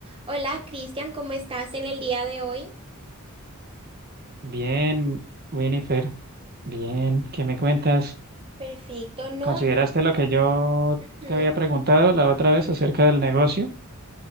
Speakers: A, on the right; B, on the right.
A: Hola, Cristian, ¿cómo estás en el día de hoy?
B: Bien, Winifred, bien, ¿qué me cuentas?
A: Perfecto, no.
B: ¿Consideraste lo que yo
A: ujú.
B: te había preguntado la otra vez acerca del negocio?